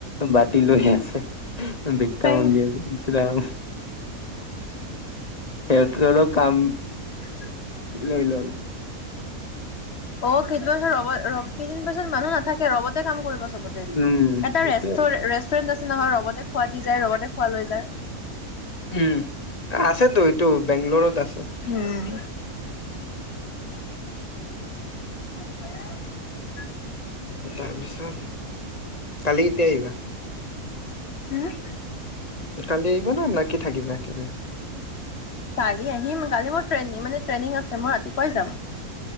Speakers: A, on the left (about 30°); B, on the left (about 50°).
A: বাতি লৈ আছে। ভিক্কা
B: সেই
A: মাংগি আছে ইচ ৰাম। <unintelligible> কাম
B: <unintelligible>
A: লৈ ল'ল
B: অ' কেইদিন বছৰ ৰ ৰ কেইদিন বাছত মানুহ নাথাকে ৰবতে কাম কৰিব স বতে
A: উম,
B: এটা
A: সেইটোয়ে
B: ৰে ৰেষ্টুৰেন্ট আছে নহয় ৰবতে খোৱা দি যায় ৰবতে খোৱা লৈ যায়।
A: উম আছেতো এইটো বেংগলৰত আছে।
B: উম। <unintelligible>
A: তাৰপিছত কালি এতিয়াই আহিবা
B: হম
A: কালি আহিবা নে না কি থাকিবা একেদিন?
B: কালি আহিম কালি মোৰ ট্ৰেনিং মানে ট্ৰেনিং আছে মই ৰাতিপুৱাই যাম